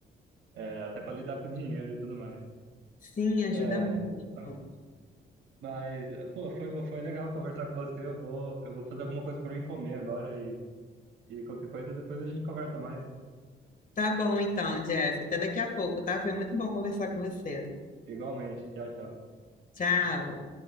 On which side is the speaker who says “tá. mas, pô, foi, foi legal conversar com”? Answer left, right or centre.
Right